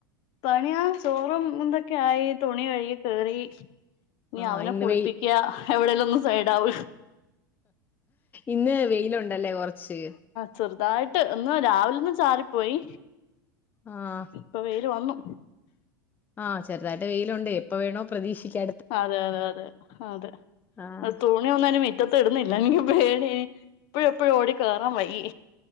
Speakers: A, on the left; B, on the left.
A: പണിയാ ചോറും ഇന്തൊക്കെ ആയി തുണി കഴുകി കേറി ഇനി
B: ആഹ്
A: അവനെ
B: ഇന്ന്
A: കുളിപ്പിക്ക
B: വെയി
A: എവിടെലും ഒന്നും സൈഡ ആവ
B: ഇന്ന് വെയിലുണ്ടല്ലേ കൊറച്ച്
A: ചെറുതായിട്ട് ഇന്ന് രാവിലെന്ന് ചാറിപ്പോയി
B: ആഹ്
A: ഇപ്പൊ വെയല് വന്നു
B: ആഹ് ചെറുതായിട്ട് വെയിലൽ ഉണ്ട് എപ്പൊ വേണോ പ്രതീക്ഷിക്കാ
A: അതെ അതെ അതെ അതെ
B: ആഹ്
A: തു തുണി ഒന്നും മുറ്റത്തു ഇടുന്നില്ല ഇനി എനിക്ക് പേടി എപ്പഴ എപ്പോഴും ഓടി കയറാൻ വയ